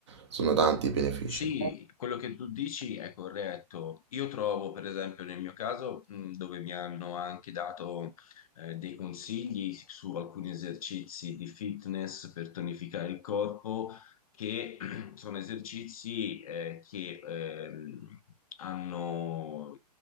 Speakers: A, on the right; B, on the left.
A: sono tanti i benefici.
B: Sì, quello che tu dici è corretto. Io trovo, per esempio, nel mio caso, mh, dove mi hanno anche dato eh, dei consigli su alcuni esercizi di fitness per tonificare il corpo, che <clears throat> sono esercizi eh, che ehm, hanno,